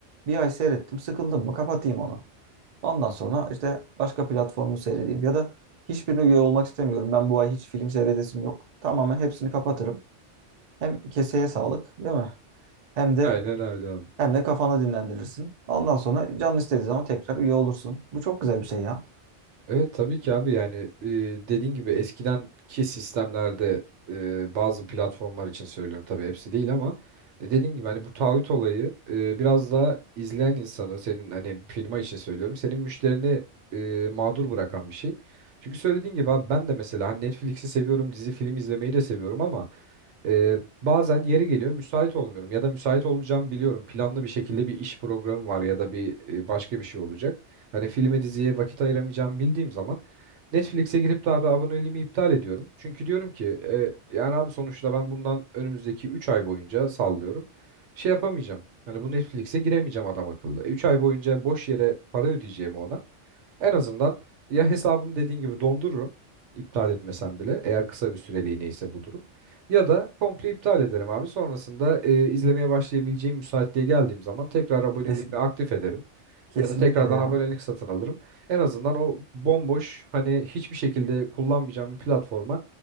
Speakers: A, on the right (about 50°); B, on the right (about 75°).
A: Bir ay seyrettim, sıkıldım mı kapatayım onu. Ondan sonra işte başka platformu seyredeyim ya da hiçbirine üye olmak istemiyorum. Ben bu ay hiç film seyredesim yok. Tamamen hepsini kapatırım. Hem keseye sağlık, değil mi? Hem de
B: Aynen öyle abi.
A: hem de kafanı dinlendirirsin. Ondan sonra canın istediği zaman tekrar üye olursun. Bu çok güzel bir şey ya.
B: Evet tabii ki abi yani e, dediğin gibi eskidenki sistemlerde e, bazı platformlar için söylüyorum tabii hepsi değil ama e, dediğin gibi hani bu taahhüt olayı e, biraz daha izleyen insanı senin hani firma için söylüyorum senin müşterini e, mağdur bırakan bir şey. Çünkü söylediğin gibi abi ben de mesela hani Netflix'i seviyorum dizi film izlemeyi de seviyorum ama e, bazen yeri geliyor müsait olmuyorum ya da müsait olmayacağımı biliyorum planlı bir şekilde bir iş programı var ya da bir e, başka bir şey olacak. Hani filme diziye vakit ayıramayacağımı bildiğim zaman Netflix'e girip de abi aboneliğimi iptal ediyorum. Çünkü diyorum ki e, yani abi sonuçta ben bundan önümüzdeki 3 ay boyunca sallıyorum. Şey yapamayacağım. Hani bu Netflix'e giremeyeceğim adam akıllı. 3 ay boyunca boş yere para ödeyeceğimi ona. En azından ya hesabımı dediğin gibi dondururum. iptal etmesem bile eğer kısa bir süreliğine ise bu durum. Ya da komple iptal ederim abi. Sonrasında e, izlemeye başlayabileceğim müsaitliğe geldiğim zaman tekrar aboneliğimi
A: Kes-
B: aktif ederim.
A: kesinlikle
B: Ya da tekrardan
A: ya.
B: abonelik satın alırım. En azından o bomboş hani hiçbir şekilde kullanmayacağım bir platforma